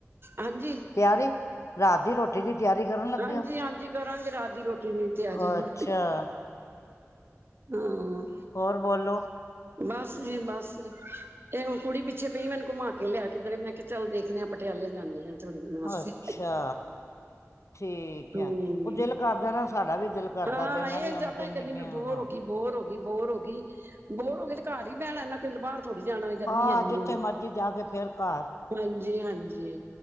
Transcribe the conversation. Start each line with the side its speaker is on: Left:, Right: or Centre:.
Right: ਹਾਂਜੀ
Left: ਤਿਆਰੀ, ਰ੍ਹਾਤ ਦੀ ਰੋਟੀ ਦੀ ਤਿਆਰੀ? ਕਰਨ ਲੱਗੇ
Right: ਹਾਂਜੀ-ਹਾਂਜੀ, ਕਰਾਂਗੇ ਰਾਤ ਦੀ ਰ੍ਹੋ
Left: ਹੋ
Right: ਤਿਆਰੀ ਹੋਣ,
Left: ਅੱਛਾ
Right: ਹਾਂ।
Left: ਹੋਰ ਬੋਲੋ
Right: ਬਸ ਜੀ, ਬਸ। ਤੇ ਓਹ ਕੁੜੀ ਪਿੱਛੇ ਪਈ, ਮੈਨੂੰ ਘੁੰਮਾਕੇ ਲਿਆ ਕਿੱਧਰੇ, ਮੈਂ ਕਿਹਾ ਚੱਲ ਦੇਖਦੇ ਆਂ, ਪਟਿਆਲੇ ਜਾਂਨੇ ਆਂ। ਥੋੜੀ ਨਵਾੱਸੀ
Left: ਅੱਛਾ ਠੀਕ ਯਾ।
Right: ਹਮ
Left: ਉਹ ਦਿਲ ਕਰਦਾ ਨਾ, ਸਾਡਾ ਵੀ ਦਿਲ ਕਰਦਾ
Right: ਹਾਂ
Left: ਪਿਆ, ਮੈਂ
Right: ਇਹ
Left: ਵੀ, ਉਹਨੂੰ
Right: ਜ਼ਿਆਦਾ
Left: ਕਹਿੰਦੀ ਪਈ
Right: ਮੈਂ
Left: ਹ
Right: ਬੋਰ
Left: ਹਾਂ
Right: ਹੋ ਗਈ ਬੋਰ ਹੋ ਗੀ, ਬੋਰ ਹੋਗੀ, ਬੋਰ ਹੋ ਗਈ ਤੇ ਘਰ ਹੀ ਬਹਿਣਾ ਨਾ, ਕਿੱਧਰ ਬਾਹਰ ਥੋੜ੍ਹੀ ਜਾਣਾ, ਗਰਮੀ
Left: ਆ
Right: ਇਹਨੀ
Left: ਜਿੱਥੇ
Right: ਏ,
Left: ਮਰਜੀ ਜਾ ਕੇ ਫਿਰ ਘਰ
Right: ਹਾਂਜੀ-ਹਾਂਜੀ।